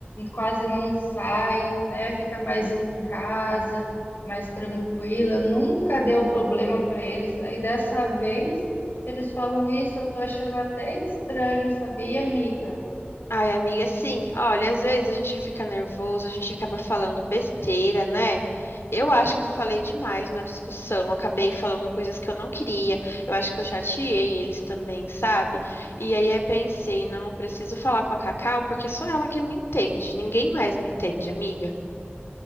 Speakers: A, on the left (about 55°); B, on the left (about 85°).
A: quase não sai, né? Fica mais em casa, mais tranquila, nunca deu problema para eles. Daí dessa vez eles falam isso, eu tô achando até estranho, sabia, amiga?
B: Ai, amiga, sim, olha, às vezes a gente fica nervoso, a gente acaba falando besteira, né? Eu acho que eu falei demais na discussão, acabei falando coisas que eu não queria, eu acho que eu chateei eles também, sabe? E aí eu pensei, não, eu preciso falar com a Cacau, porque só ela que me entende, ninguém mais me entende, amiga.